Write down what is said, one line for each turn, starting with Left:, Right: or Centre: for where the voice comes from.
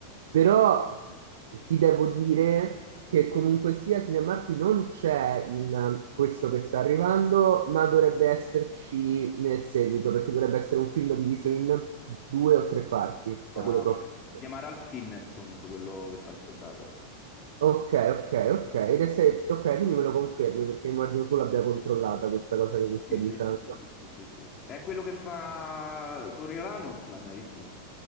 Right: Però ti devo dire che comunque sia Cinemark non c'è in questo che sta arrivando, ma dovrebbe esserci nel seguito, perché dovrebbe essere un film diviso in due o tre parti,
Left: Ah,
Right: da quello
Left: ok.
Right: che ho capito.
Left: Si chiama Ralph Fiennes comunque quello che fa il soldato.
Right: Ok, ok, ok. Ed è se... Ok, quindi me lo confermi perché immagino tu l'abbia controllata questa cosa che mi stai
Left: Sì, sì,
Right: dicendo.
Left: sì, sì, sì, sì, sì, sì. È quello che fa Coriolanus, l'hai mai visto?